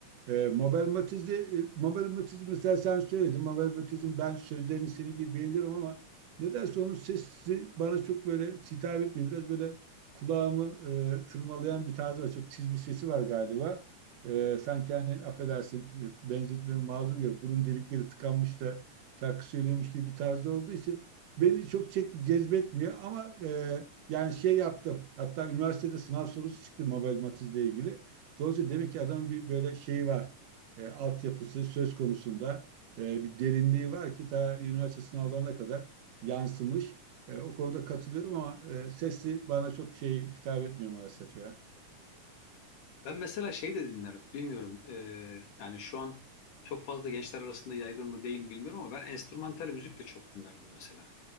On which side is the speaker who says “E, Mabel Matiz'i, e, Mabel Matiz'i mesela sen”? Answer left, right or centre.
Right